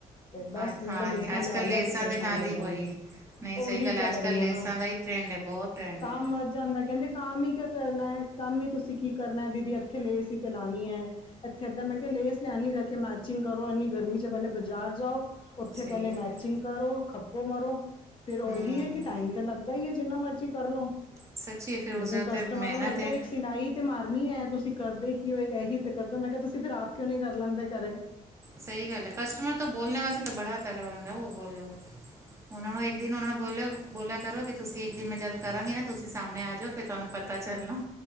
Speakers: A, on the left; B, on the right.
A: ਤੇ ਬਸ
B: ਅੱਜ
A: ਮੈਂ
B: ਹਾਂ
A: ਤੇ ਲੇਸਾਂ
B: ਨਹੀਂ ਅੱਜ
A: ਲਿਆ
B: ਕੱਲ੍ਹ
A: ਲਿਆ
B: ਲੇਸਾਂ
A: ਕੇ ਪਰੇਸ਼ਾਨ
B: ਦੇ ਨਾਲ
A: ਹੋ
B: ਹੀ ਵਹੀ
A: ਜਾਂਦੀ ਆ
B: ਨਹੀਂ ਸਹੀ
A: ਉਹੀ
B: ਗੱਲ
A: ਕਹਿ
B: ਅੱਜ ਕੱਲ੍ਹ
A: ਰਹੀ ਆ
B: ਲੇਸਾਂ
A: ਨਾ
B: ਦਾ ਹੀ ਟਰੈਂਡ ਹੈ ਬਹੁਤ ਟਰੈਂਡ
A: ਕਾਮ
B: ਹੈ
A: ਵੱਧ ਜਾਂਦਾ ਕਹਿੰਦੇ ਕਾਮ ਹੀ ਕਿਆ ਕਰਨਾ ਹੈ ਕੰਮ ਹੀ ਤੁਸੀਂ ਕੀ ਕਰਨਾ ਦੀਦੀ ਇੱਥੇ ਲੇਸ ਹੀ ਤੇ ਲਾਣੀ ਹੈ ਇੱਥੇ ਏਦਾਂ ਮੈਂ ਕਿਹਾ ਲੇਸ ਲਿਆਣੀ ਰਖੀ ਕਿ ਮੈਚਿੰਗ ਕਰੋ ਇੰਨੀ ਗਰਮੀ ਚ' ਪਹਿਲੇ ਬਜ਼ਾਰ ਜਾਓ ਉੱਥੇ
B: ਸਹੀ
A: ਪਹਿਲੇ
B: ਹੈ
A: ਮੈਚਿੰਗ
B: ਫਿਰ
A: ਕਰੋ ਖੱਪੋ ਮਰੋ ਫੇਰ ਉਹੀ
B: ਹੂੰ
A: ਹੈ ਕਿ ਟਾਈਮ ਤਾਂ ਲੱਗਦਾ ਹੀ ਹੈ ਜਿੰਨਾ ਮਰਜੀ ਕਰਲੋ
B: ਸੱਚੀ ਫਿਰ ਉਸਦੇ
A: ਲੇਕਿਨ
B: ਉੱਤੇ
A: ਕਸਟਮਰ
B: ਮਿਹਨਤ
A: ਨੂੰ ਲੱਗਦਾ
B: ਹੈ
A: ਇੱਕ ਸਿਲਾਈ ਤੇ ਮਾਰਨੀ ਹੈ ਤੁਸੀਂ ਕਰਦੇ ਕੀ ਕਿਉ ਇੱਕ ਇਹੀ ਤਾ ਕਰਦਾ ਮੈਂ ਕਿਹਾ ਤੁਸੀਂ ਫਿਰ ਆਪ ਕਿਉਂ ਨਹੀਂ ਕਰ ਲੈਂਦੇ ਘਰੇ
B: ਸਹੀ ਗੱਲ ਹੈ ਕਸਟਮਰ ਤੋਂ ਬੋਲਣੇ ਵਾਸਤੇ ਤਾਂ ਬੜਾ ਤਕੜਾ ਹੁੰਦਾ ਉਹ ਬੋਲੋ ਉਹਨਾਂ ਨੂੰ ਇੱਕ ਦਿਨ ਉਹਨਾਂ ਨੂੰ ਬੋਲਿ ਬੋਲਿਆ ਕਰੋ ਕਿ ਤੁਸੀਂ ਇੱਕ ਦਿਨ ਮੈਂ ਜਦ ਕਰਾਂਗੀ ਨਾ ਤੁਸੀਂ ਸਾਹਮਣੇ ਆ ਜਾਓ ਫਿਰ ਤੁਹਾਨੂੰ ਪਤਾ ਚੱਲਣਾ